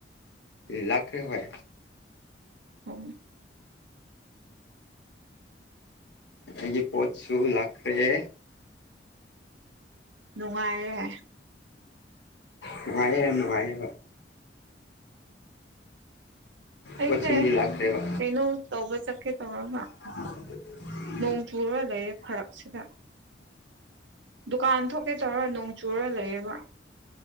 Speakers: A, on the left (about 70°); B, on the right (about 85°).
A: ꯂꯥꯛ꯭ꯈꯔꯦ ꯍꯣꯏ
B: ꯎꯝ
A: ꯑꯩꯒꯤ ꯄꯣꯠꯁꯨ ꯂꯥꯛꯈꯔꯦ
B: ꯅꯨꯡꯉꯥꯏꯔꯦ
A: ꯅꯨꯡꯉꯥꯏꯌꯦ ꯍꯣꯏ ꯅꯨꯡꯉꯥꯏꯌꯦ
B: ꯑꯩꯁꯦ
A: ꯄꯣꯠꯁꯤꯡꯗꯤ ꯂꯥꯛꯈ꯭ꯔꯦꯕ
B: ꯀꯩꯅꯣ ꯇꯧꯕ ꯆꯠꯀꯦ ꯇꯧꯔꯒ
A: <unintelligible>
B: ꯅꯣꯡ ꯆꯨꯔ ꯂꯩꯌꯦ ꯐꯔꯛꯁꯤꯗ ꯗꯨꯀꯥꯟ ꯊꯣꯛꯀꯦ ꯇꯧꯔ ꯅꯣꯡ ꯆꯨꯔ ꯂꯩꯌꯦꯕ